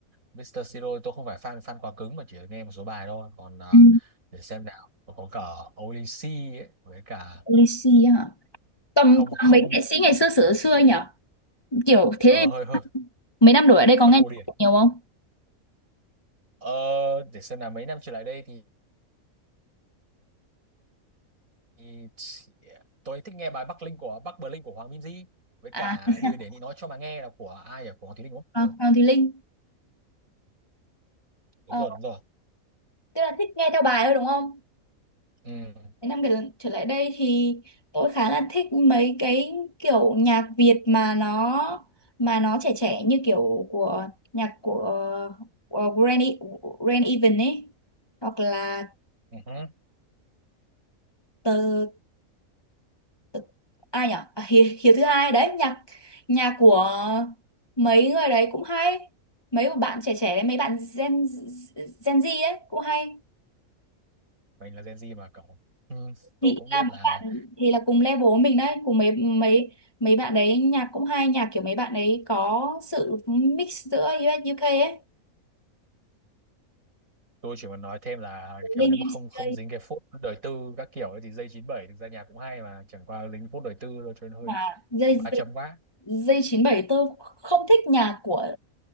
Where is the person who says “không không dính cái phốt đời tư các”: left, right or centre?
Right